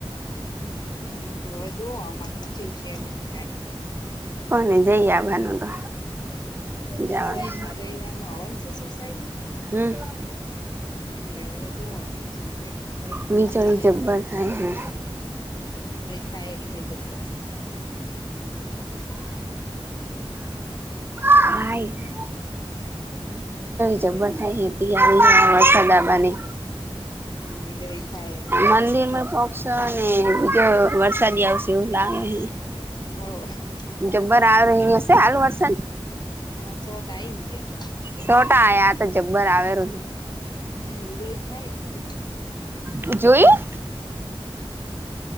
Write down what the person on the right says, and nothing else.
કોને જઈ આવાનું તો જવાનું
હમ્મ
વીજળી
જબ્બર
થાય હે
હાય
જ થાય વરસાદબને
મંદિર મે પહચ ને બીજો વરસાદી આવશે એવું લાગે હ
જબ્બર આવ હિશે આલુ વર્સ હ
સોટા આવયા તો જબ્બર આવેલું ન
હે જોયું